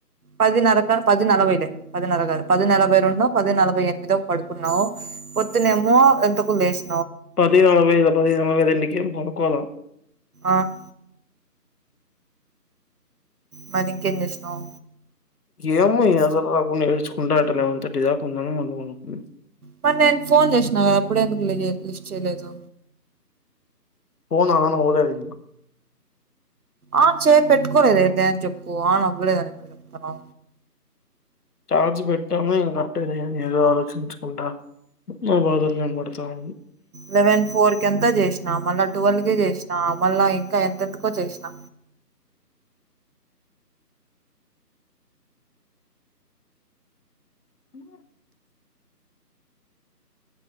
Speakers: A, on the right (about 60°); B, on the left (about 65°).
A: పదిన్నర, పది నలభైలే, పదిన్నర కాదు. పది నలభై రెండో, పది నలభై ఎనిమిదో పడుకున్నావు. పొద్దునేమో ఎంతకు లేస్
B: పది నలభై దు పదిహైను వైదు ఎంటికి పనుకోలే
A: ఆహ్ మరి ఇంకేం చేసినావు.
B: ఏమో ఏదోలాగా ఉండే ఏర్చుకుంటా అంట లెవెన్ థర్టీ దాకా ఉన్నాను మళ్ళా పడుకున్నాను.
A: మరి నేను ఫోన్ చేసినా కదా అప్పుడు ఎందుకు లిస్ట్ చేయలేదు.
B: మా నాన్న పోలేదు ఇంకా.
A: ఆహ్ చేతు పెట్కోలేదే ఇదే చేప్పు ఆనం. నేను ఎందుకు చెప్తాను.
B: చార్జ్ పెట్టామా పెట్టేద ఏదో ఆలోచించ్. ఉంటా నా బాధలు ఏం. మడతాం
A: లెవెన్ ఫోర్ కంత జేష్. ఆహ్ మళ్ళా నువ్వు అందుకే చేసినం. మళ్ళా ఇంకా ఎంతెంతకో చేసినా.
B: నో